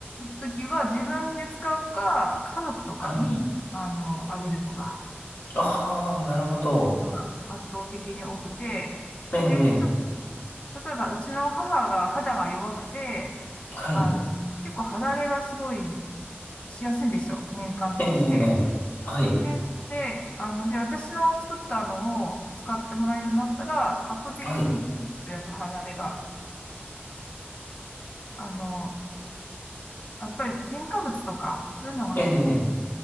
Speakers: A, on the left (about 30°); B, on the left (about 55°).
A: ときは自分で使うか、家族とかに、
B: はい。
A: あの、あげるとか、
B: ああ、なるほど。
A: ことが圧倒的に多くて、
B: ええ、ええ
A: で、ちょ、例えばうちの母が肌が弱くて、
B: はい。
A: あの、結構肌荒れがすごいしやすいんですよ。年間通して。
B: ええ、ええ、はい、
A: で、で、あの、で、私の作ったのを使ってもらうようになったら、圧倒的に血液肌荒れが、
B: はい。
A: あの、やっぱり添加物とか、そういうのが入ってる、
B: ええ、ええ